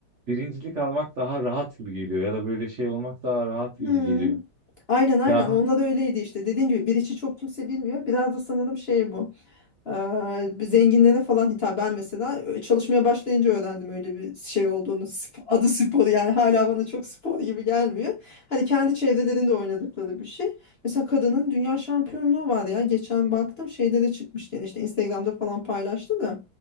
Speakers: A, on the right; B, on the left.
A: birincilik almak daha rahat gibi geliyor ya da böyle şey olmak daha rahat
B: Hmm.
A: gibi geliyor.
B: Aynen aynen
A: Ya
B: onlar öyleydi işte dediğin gibi bir içi çok kimse bilmiyor biraz da sanırım şey bu Eee, bir zenginlere falan hitap. Ben mesela e, çalışmaya başlayınca öğrendim öyle bir şey olduğunu. Sp- adı spor yani hala bana çok spor gibi gelmiyor. Hani kendi çevrelerinde oynadıkları bir şey. Mesela kadının dünya şampiyonluğu var ya. Geçen baktım şeyde de çıkmış yani işte Instagram'da falan paylaştı da.